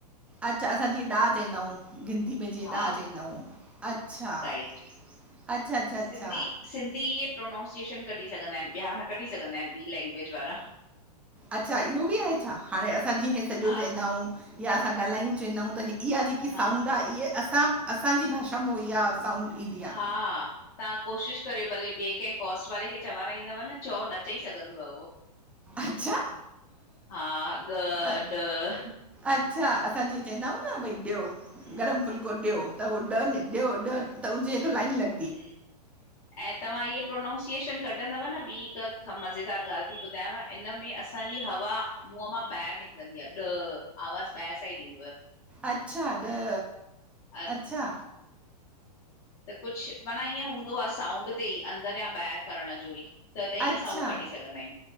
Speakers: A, in the centre; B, on the left.
A: अच्छा असां जिंअ ॾाह चईंदाऊं हूं! गिनती में जीअं
B: हा
A: ॾाह चईंदाउं, हअच्छा-
B: राइट
A: अच्छा अच्छा अच्छा।
B: सिंधी सिंधी इहे प्रोनाउंसिएशन कढी सघंदा आहिन, ॿिया न कढी सघंदा आहिन ॿी लेंंग्वेज वारा।
A: अच्छा इहो बि आहे छा? हाणे असां जीअं इ
B: हा
A: सॼो चवंदा आहियूं या असां ॻाल्हायूं चवंदाऊूं त इहा जेकी
B: हा
A: साउंड आ, इहे असां असांजी भाषा मां इहा साउंड ईंदी आहे।
B: हा तां कोशिश कयोयो भले ॿिए कंहिं कॉस्ट वारे खे चवाराईंदव न, चओ, न चई सघंदव उहो।
A: अच्छा?
B: हा, ग
A: अ
B: ॾ
A: अच्छा असां जीअं चवंदा आहियूं न भई ॾियो
B: हम्म
A: गरम फुल्को ॾियो त उहो डन ॾियो डन त हुनजे हेतो लाइन लॻ
B: ऐं तव्हां इहे प्रोनाउंस सिचुएशन कढंदव न, ॿी हिकु मज़ेदार ॻाल्हि थी ॿुधायांव, इन में असांजी हवा मुंहं मां ॿाहिरि निकिरंदी आहे, ॾह, आवाज़ु ॿाहिर साइड इंदव।
A: अच्छा, ॾ,
B: अ
A: अच्छा!
B: त कुछु माना ईअं हूंदो आ साउंड ते ई अंदरि या ॿाहिरि करण जो ई। तॾहिं
A: अच्छा,
B: असां उहो कढी सघंदा आहियूं।